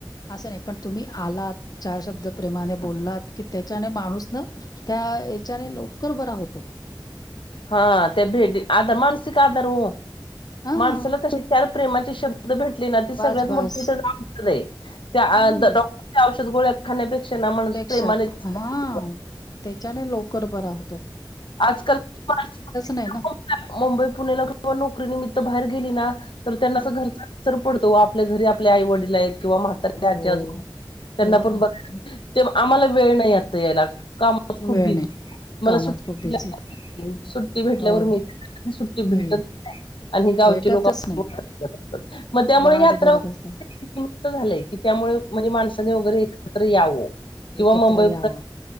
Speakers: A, on the left; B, on the left.
A: असं नाही पण तुम्ही आलात, चार शब्द प्रेमाने बोललात की त्याच्याने माणूस ना त्या हेच्याने लवकर बरा होतो.
B: हां ते भेडी आदा मानसिक आधार हो
A: हां.
B: माणसाला कसे चार प्रेमाचे शब्द भेटली ना ती
A: बास
B: सगळ्यात
A: बास.
B: मोठी त्याज औषध आहे त्या
A: हम्म.
B: अ डॉक्टरच्या औषध गोळ्या खाण्यापेक्षा ना माणूस
A: पेक्षा
B: प्रेमाने जास्त
A: हां त्याच्याने लवकर बरा हो
B: आजकाल <unintelligible>
A: नाही ना.
B: मुंबई पुण्याला किंवा नोकरी निमित्त बाहेर गेली ना तर त्यांना
A: हं.
B: असं घरचा <unintelligible> तो आपल्या घरी आपल्या आई वडील आहे किंवा म्हातारे
A: हो.
B: आजी आजोबा आहेत त्यांना
A: हो
B: पण
A: ना.
B: <unintelligible> ते आम्हाला वेळ नाही आता यायला कामात
A: वेळ
B: खूप बिझी
A: नाही. कामात
B: मला सु <unintelligible>
A: खूप बिझी.
B: सुट्टी भेटल्यावर
A: हो.
B: मी <unintelligible> सुट्टी
A: मी
B: भेटत नाय. आणि गावचे
A: भेटतच
B: <unintelligible>
A: नाही.
B: मग त्यामुळे
A: वाट
B: यात्रा
A: बघत
B: <unintelligible>
A: असतो.
B: <unintelligible> झालंय की त्यामुळे म्हणजे माणसाने वगैरे एकत्र यावं. किंवा
A: एकत्र
B: मुंबई
A: यावं.